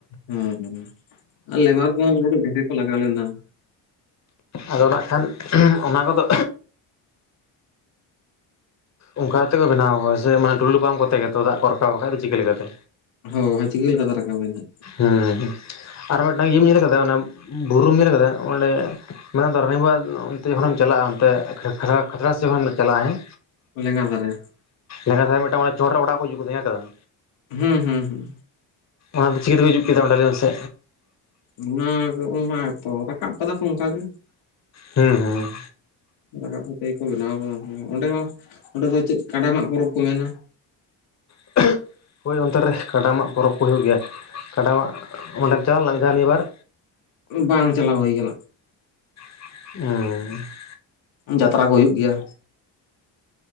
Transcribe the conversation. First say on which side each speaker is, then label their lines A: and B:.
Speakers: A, on the left; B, on the left.
A: ᱦᱮᱸ ᱦᱮᱸ ᱟᱨ ᱞᱮᱵᱟᱨ ᱠᱚᱦᱚᱸ <unintelligible> ᱰᱷᱮᱨ ᱠᱚ ᱞᱟᱜᱟᱣ ᱞᱮᱱᱟ
B: ᱟᱫᱚ ᱱᱟᱜ ᱠᱷᱟᱱ, ᱚᱱᱟ ᱠᱚᱫᱚ ᱚᱱᱠᱟ ᱠᱟᱛᱮᱠᱚ ᱵᱮᱱᱟᱣ ᱠᱟᱫᱟ ᱥᱮ ᱢᱮ ᱴᱩᱤᱞᱩ ᱯᱟᱢᱯ ᱠᱚᱛᱮ ᱜᱮᱛ, ᱫᱟᱜ ᱠᱚ ᱨᱟᱠᱟᱵ ᱵᱟᱠᱷᱟᱡ ᱫᱚ ᱪᱤᱠᱟᱹ ᱞᱮᱠᱟᱛᱮ?
A: ᱦᱳᱭ ᱪᱤᱠᱟᱹ ᱞᱮᱠᱟᱛᱮ ᱨᱟᱠᱟᱵ ᱮᱱ ᱦᱟᱸᱜ
B: ᱩᱢᱸ ᱦᱩᱸ ᱟᱨ ᱢᱤᱫᱴᱟᱝ ᱤᱭᱟᱹᱢ ᱧᱮᱞ ᱠᱟᱫᱟ ᱚᱱᱟ ᱵᱩᱨᱩᱢ ᱧᱮᱞ ᱟᱠᱟᱫᱟ ᱚᱸᱰᱮ ᱢᱮᱱ ᱫᱚ ᱨᱟᱱᱤᱵᱟᱨ ᱚᱱᱛᱮ ᱡᱚᱠᱷᱚᱱᱮᱢ ᱪᱟᱞᱟᱜᱼᱟ, ᱚᱱᱛᱮ ᱠᱷᱟᱛᱲᱟ ᱠᱷᱟᱛᱲᱟ ᱥᱮᱫ ᱡᱚᱠᱷᱚᱱᱮᱢ ᱪᱟᱞᱟᱜᱼᱟ ᱦᱮᱸ,
A: ᱞᱮᱸᱜᱟ ᱫᱷᱟᱨᱮ,
B: ᱞᱮᱸᱜᱟ ᱫᱷᱟᱨᱮ ᱢᱤᱫᱴᱟᱝ ᱚᱱᱵᱮ ᱪᱚᱴ ᱨᱮ ᱳᱲᱟᱜ ᱠᱚ ᱡᱩᱫ ᱠᱟᱫᱟ, ᱧᱮᱞ ᱠᱟᱫᱟᱢ?
A: ᱦᱩᱸ ᱦᱩᱸ ᱦᱩᱸ,
B: ᱚᱱᱟ ᱫᱚ ᱪᱤᱠᱟᱹᱛᱮᱠᱚ ᱡᱩᱫ ᱠᱮᱫᱟ, ᱚᱸᱰᱮ ᱞᱟᱭ ᱢᱮ ᱥᱮ?
A: <unintelligible> ᱨᱟᱠᱟᱯ ᱠᱟᱫᱟ ᱠᱚ ᱚᱱᱠᱟ ᱜᱮ᱾
B: ᱦᱮᱸ ᱦᱮᱸ,
A: ᱨᱟᱠᱟᱵ ᱠᱟᱛᱮ ᱜᱮᱠᱚ ᱵᱮᱱᱟᱣᱟ ᱠᱟᱫᱟ, ᱚᱸᱰᱮ ᱦᱚᱸ ᱚᱸᱰᱮ ᱫᱚ ᱪᱮᱫ ᱠᱟᱰᱟ ᱢᱟᱜ ᱯᱚᱨᱚᱵᱽ ᱠᱚ ᱢᱮᱱᱟ?
B: <unintelligible> ᱦᱳᱭ ᱚᱱᱛᱮ ᱨᱮ, ᱠᱟᱰᱟ ᱢᱟᱜ ᱯᱚᱨᱚᱵᱽ ᱠᱚ ᱦᱩᱭᱩᱜ ᱜᱮᱭᱟ, ᱠᱟᱰᱟᱢᱟᱜ ᱚᱸᱰᱮᱢ ᱪᱟᱞᱟᱣ ᱞᱮᱱᱟ ᱢᱤᱫ ᱫᱷᱟᱣ ᱱᱤᱭᱟᱹ ᱵᱟᱨ?
A: ᱵᱟᱝ ᱪᱟᱞᱟᱣ ᱦᱩᱭ ᱟᱠᱟᱱᱟ᱾
B: ᱚᱻ
A: ᱡᱟᱛᱨᱟ ᱠᱚ ᱦᱩᱭᱩᱜ ᱜᱮᱭᱟ,